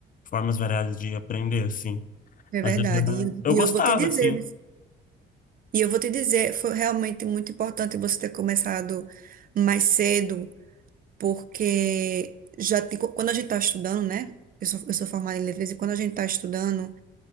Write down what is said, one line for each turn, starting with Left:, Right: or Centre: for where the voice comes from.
Left: formas variadas de aprender, assim.
Right: é
Left: Mas
Right: verdade.
Left: eu,
Right: E,
Left: eu
Right: e
Left: gostava,
Right: eu vou te dizer,
Left: assim,
Right: e eu vou te dizer, foi realmente muito importante você ter começado mais cedo porque já te- quando a gente está estudando, né? Eu sou, eu sou formada em letras e quando a gente está estudando,